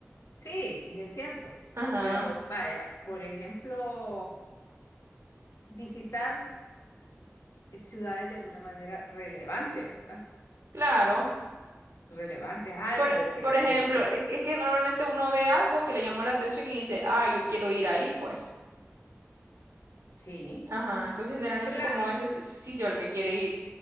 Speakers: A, on the left; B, on the right.
A: Sí, es cierto,
B: Ajá,
A: pero vaya, por ejemplo, visitar eh, ciudades de alguna manera relevantes, ¿verdad?
B: claro.
A: Relevantes, algo
B: Por,
A: que,
B: por ejemplo,
A: que, que
B: es, es que normalmente uno ve algo que le llamó la atención y dice, ah, yo quiero ir ahí, pues.
A: sí.
B: Ajá, entonces generalmente
A: La-
B: es como
A: y
B: ese si- sitio al que quiere ir.